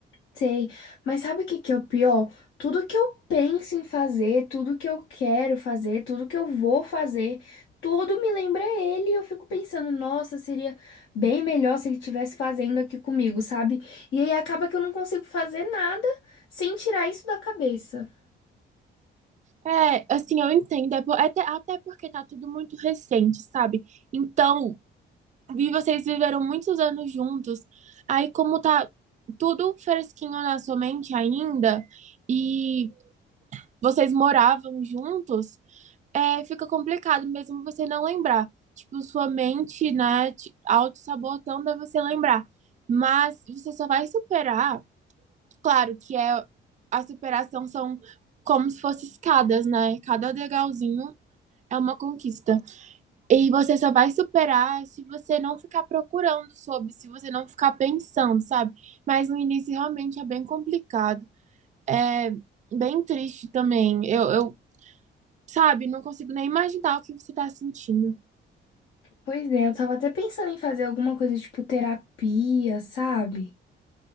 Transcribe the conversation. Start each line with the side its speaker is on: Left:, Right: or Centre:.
Left: Sei, mas sabe o que que é o pior? Tudo que eu penso em fazer, tudo que eu quero fazer, tudo que eu vou fazer, tudo me lembra ele e eu fico pensando, nossa, seria bem melhor se ele estivesse fazendo aqui comigo, sabe? E aí acaba que eu não consigo fazer nada sem tirar isso da cabeça.
Right: É, assim, eu entendo, é po- até, até porque tá tudo muito recente, sabe? Então, vi vocês viveram muitos anos juntos, aí como tá tudo fresquinho na sua mente ainda, e vocês moravam juntos, é, fica complicado mesmo você não lembrar. Tipo, sua mente, né, te auto-sabotando a você lembrar. Mas você só vai superar, claro que é a superação são como se fossem escadas, né? Cada degrauzinho é uma conquista. E você só vai superar se você não ficar procurando sobre, se você não ficar pensando, sabe? Mas no início realmente é bem complicado. É bem triste também. Eu, eu Sabe, não consigo nem imaginar o que você tá sentindo.
Left: Pois é, eu tava até pensando em fazer alguma coisa tipo terapia, sabe?